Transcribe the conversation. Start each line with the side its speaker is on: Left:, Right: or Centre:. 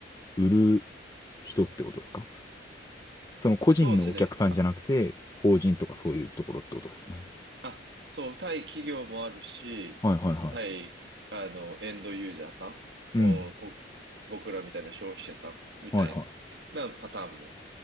Left: 売る人ってことですかその個人のお客さんじゃなくて、
Right: そうですね。
Left: 法人とかそういうところってことですかね。
Right: あ、そう、対企業もあるし、
Left: はいはいは
Right: 対、あの、エンドユーザーさん、
Left: い。うん。
Right: うん、こ、僕らみたいな消費者さんみたいなパターンも
Left: はいは